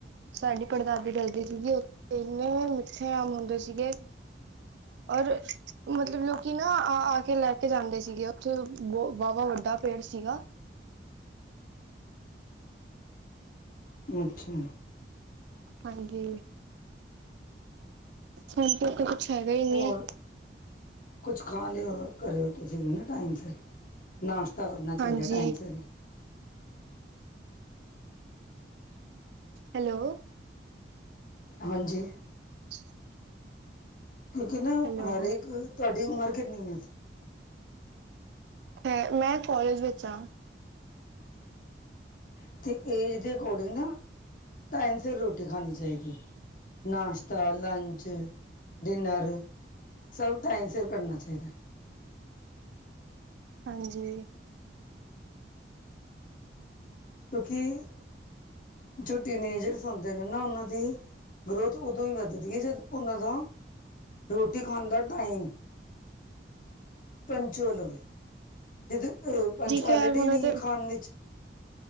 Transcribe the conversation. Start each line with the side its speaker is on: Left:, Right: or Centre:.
Right: ਸਾਡੀ ਪੜਦਾਦੀ ਦਸਦੀ ਸੀਗੇ ਉਥੇ ਇੰਨੇ ਮਿੱਠੇ ਅਮ ਹੁੰਦੇ ਸੀਗੇ। ਔਰ ਮਤਲਬ ਲੋਕੀ ਨਾ ਆ -ਆ ਕੇ ਲੈ ਕੇ ਜਾਂਦੇ ਸੀਗੇ ਉੱਥੇ ਵਾਵਾ ਵੱਡਾ ਪੇੜ ਸੀਗਾ।
Left: ਅੱਛਾ
Right: ਹਾਂਜੀ ਹੁਣ ਤ ਤੇ ਕੁਛ ਹੈਗਾ ਹੀ
Left: ਹੋਰ
Right: ਨਹੀਂ ਹੈ।
Left: ਕੁਛ ਖਾ ਲਿਓ ਕਰੇ ਹੋ ਤੁਸੀਂ ਹੁਣ ਟਾਈਮ ਸਿਰ ਨਾਸ਼ਤਾ ਕਰਨਾ ਚਾਹੀਦਾ
Right: ਹਾਂਜੀ
Left: ਟਾਈਮ ਸਿਰ
Right: ਹੈਲੋ
Left: ਹਾਂਜੀ
Right: <inaudible>
Left: ਕਿਉਂਕਿ ਨਾ
Right: ਹੈਲੋ-ਹੈਲੋ
Left: ਹਰ ਇੱਕ ਤੁਹਾਡੀ ਉਮਰ ਕਿੰਨੀ ਐ।
Right: ਅ ਮੈਂ ਕਾਲਜ ਵਿੱਚ ਹਾਂ।
Left: ਅਤੇ ਏਜ ਦੇ ਅਕੋਡਿੰਗ ਨਾ ਟਾਈਮ ਸਿਰ ਰੋਟੀ ਖਾਣੀ ਚਾਹੀਦੀ ਨਾਸ਼ਤਾ ਆ ਲੰਚ ਡਿਨਰ ਸਭ ਟਾਈਮ ਸਿਰ ਕਰਨਾ ਚਾਹੀਦਾ।
Right: ਹਾਂਜੀ
Left: ਕਿਉਂਕਿ ਜੋ ਟੀਨੇਜਰਸੌ ਹੁੰਦੇ ਨੇ ਨਾ ਉਹਨਾਂ ਦੀ ਗਰੋਥ ਉਦੋਂ ਹੀ ਵੱਧਦੀ ਹੈ ਜਦ ਉਹਨਾਂ ਦਾ ਰੋਟੀ ਖਾਣ ਦਾ ਟਾਈਮ ਪੰਚੋਲਵੇ ਜਦੋਂ ਅਹ ਪੰਚੋਲਟੀ
Right: ਖੈਰ ਹੁਣ
Left: ਹੀ ਨਹੀਂ
Right: ਤੇ
Left: ਆ ਖਾਣ ਵਿੱਚ